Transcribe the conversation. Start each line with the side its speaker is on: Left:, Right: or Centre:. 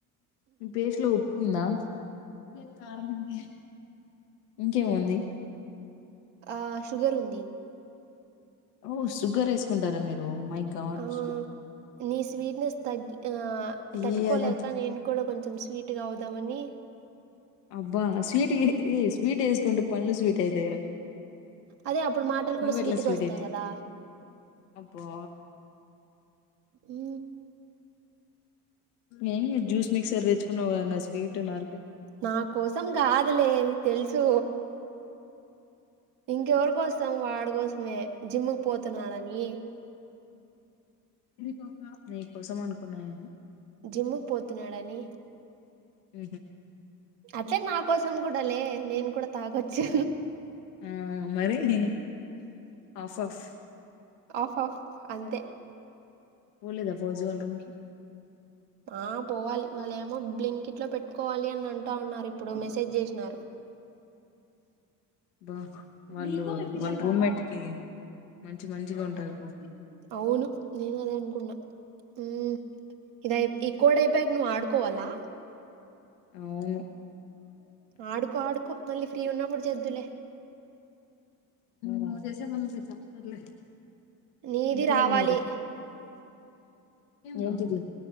Left: మీ పేస్టులో ఉప్పు ఉందా ఉప్పు లేదు కారం ఉంది ఇంకేముంది
Right: ఆ షుగర్ ఉంది
Left: ఓ షుగర్ వేసుకుంటారా మీరు మై గాడ్స్
Right: ఆహ్, నీ స్వీట్నెస్ తగ్గి ఆ
Left: తీయగా
Right: తట్టుకోలేక నేను కూడా కొంచెం స్వీట్గా అవుదామని
Left: అబ్బా స్వీట్ ఏయ స్వీట్ వేసుకుంటే పళ్ళు స్వీట్ అయితరా
Right: అదే అప్పుడు మాటలు
Left: నువ్వెట్లా
Right: కూడా స్వీట్‌గా
Left: స్వీట్
Right: వస్తాయి
Left: అయితు
Right: గదా!
Left: అబ్బా
Right: ఉ
Left: ఏ జూస్ మిసర్ తెచ్చుకున్నా స్వీట్ నా
Right: నా కోసం కాదులే నీ తెలుసు ఇంకా ఎవరి కోసం వాడి కోసమే జిమ్కి పోతున్నాడని
Left: పా నీ కోసం అనుకున్నాను
Right: జిమ్కు పోతున్నాడని
Left: హ
Right: అట్లే నా కోసం కూడా లే నేను కూడా తాగొచ్చు
Left: ఆ మరి నీ ఆఫ్ ఆఫ్
Right: ఆఫ్ ఆఫ్ అంతే
Left: పోలేదా ఫౌజీ వాళ్ళ రూమ్ కి
Right: ఆ పోవాలి ఇ వాళ్ళ ఏమో బ్లేమ్ కి ఇట్లో పెట్టుకోవాలి అని అంటా ఉన్నారు ఇప్పుడు మెసేజ్ చేసినారు
Left: బా వాళ్ళు వాళ్ళ రూమ్మేట్ కి మంచి మంచి వంటలకు
Right: అవును నేను అదే అనుకున్నా హ ఇదై ఈ కోడ ప్యాగ్ నువ్ ఆడ్కోవాలా
Left: అవును
Right: ఆడుకో ఆడుకో మళ్ళీ ఫ్రీ ఉన్నప్పుడు చేద్దులే
Left: మజైస బన చప్పత లే
Right: నీది
Left: ఇంకేంటి
Right: రావాలి
Left: మరి ఏంటిది